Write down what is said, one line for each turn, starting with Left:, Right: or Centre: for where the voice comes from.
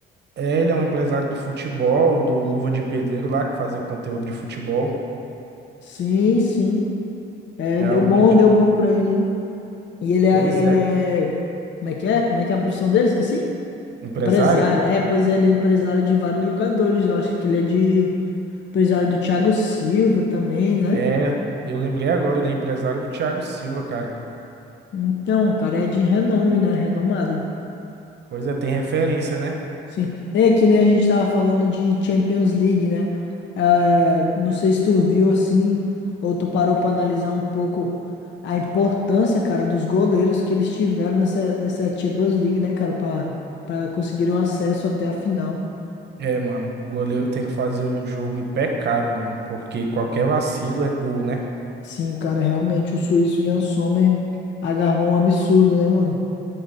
Right: é, ele é um empresário do futebol, do Luva de Pedreiro lá, que fazia conteúdo de futebol.
Left: Sim, sim. É,
Right: Realmente.
Left: deu bom, deu bom pra ele, né? E ele é,
Right: Pois
Left: ele
Right: é.
Left: é, como é que é? Como é que é a profissão dele? Esqueci?
Right: Empresário?
Left: Empresário, é, pois é, ele é empresário de vários jogadores. Eu acho que ele é de empresário do Thiago Silva também, né?
Right: É, eu lembrei agora, ele é empresário do Thiago Silva, cara.
Left: Então, o cara é de renome, né? Renomado.
Right: Pois é, tem referência, né?
Left: Sim. É que nem a gente tava falando de Champions League, né? Ah, não sei se tu viu assim, ou tu parou pra analisar um pouco a importância, cara, dos goleiros que eles tiveram nessa, nessa Champions League, né, cara, pra, pra conseguirem um acesso até a final.
Right: É, mano, o goleiro tem que fazer um jogo impecável, mano, porque qualquer vacilo é gol, né?
Left: Sim, cara, realmente o suíço Jan Sommer agarrou um absurdo, né, mano?